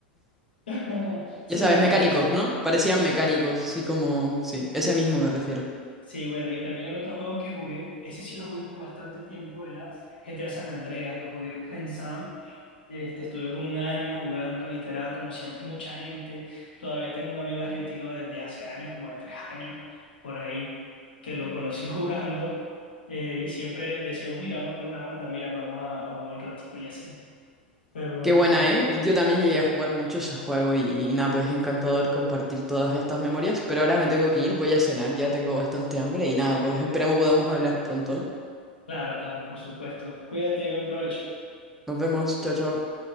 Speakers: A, on the left; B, in the centre.
A: <laughs> Sí,
B: Ya sabes,
A: bueno,
B: mecánicos,
A: pero sí.
B: ¿no? Parecían mecánicos,
A: Ajá.
B: así como, sí, ese mismo me refiero.
A: Sí, bueno, y también el otro juego que jugué, ese sí lo jugué por bastante tiempo, era GTA San Andreas, lo jugué pensando Este, estuve como un año jugando, literal, conocí a mucha gente. Todavía tengo un amigo argentino desde hace años, como de tres años, por ahí, que lo conocí <laughs> jugando. eh, y siempre decíamos, mira, vamos a crear una banda, mira, vamos a, a jugar un ratico y así. Pero,
B: Qué buena,
A: eh,
B: ¿eh? Yo también llegué a jugar mucho ese juego y, y nada, pues encantador compartir todas estas memorias, pero ahora me tengo que ir, voy a cenar, ya tengo bastante hambre y nada, pues esperamos podamos hablar pronto, ¿no?
A: claro, claro, por supuesto. Cuídate y buen provecho.
B: Nos vemos, chao, chao.